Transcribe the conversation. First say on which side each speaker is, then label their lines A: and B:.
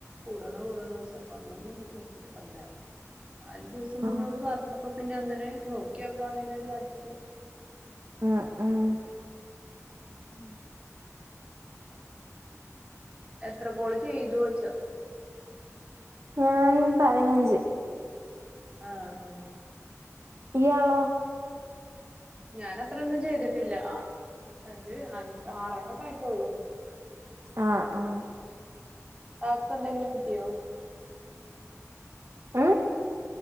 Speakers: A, on the right (about 20°); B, on the right (about 60°).
A: കൂടണോ ചോദിക്കുന്നു കൂടണം കൂടണോ ചോദിച്ചു അന്നൊന്നും നോക്കിട്ട് ഇല്ലായിരുന്നു പറഞ്ഞരുന്നു <unintelligible> നാല് ദി <unintelligible> വസം മുന്നെ
B: ആഹ്
A: പറഞ്ഞപ്പ പിന്നെ അങ്ങനെ നോകിയൊക്കെ എന്നൊരു താല്പര്യം
B: ആഹ ആഹ
A: ഉം.. എത്ര. കോള്. ചെയ്തു. ചോദിച്ചതാണ്
B: ഞാൻ. പതിനഞ്ച്.
A: ആഹ ആഹ
B: ഇയാളോ
A: ഞാൻ അത്രൊന്നും ചെയ്തിട്ടില്ല അഞ്ച്. ആറണ്ണം ആയി കൊള്ളു..
B: ആഹ ആഹ..
A: ടാസ്ക് എന്തെങ്കിലും കിട്ടിയോ
B: ഉം